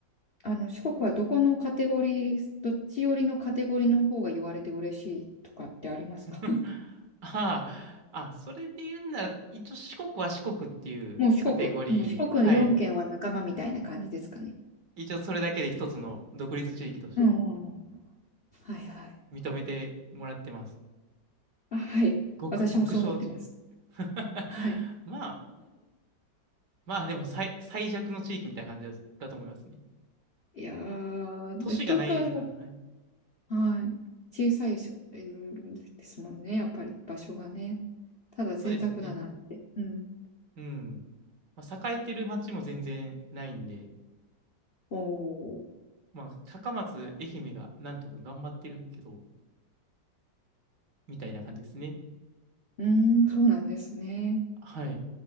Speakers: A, on the left (about 40°); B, on the right (about 65°).
A: あの、四国はどこのカテゴリー、どっち寄りのカテゴリーの方が言われて嬉しいとかってありますか
B: <laughs> ああ、あ、それで言うんなら、一応四国は四国っていうカテゴリー、
A: <laughs> もう四国、もう四国4県は仲間みたいな感じですかね。
B: はい。一応それだけで一つの独立地域として
A: うんうんうん。はいはい。
B: 認めてもらってます。
A: あ、はい。
B: 極、
A: 私もそう思ってます。
B: 極小地。<laughs>
A: はい。
B: まあ、まあでも最、最弱の地域みたいな感じだ、だと思いますね。
A: いやー、
B: 都市がないですから、
A: 人が、
B: はい。
A: はい。小さいしょ、えーですもんね。やっぱり場所がね。ただ贅沢だなって。
B: そうですね。
A: うん。
B: うん。まあ、栄えてる町も全然ないんで、
A: おー。
B: まあ、高松、愛媛がなんとか頑張ってるけど、みたいな感じですね。
A: うーん、そうなんですね。
B: はい。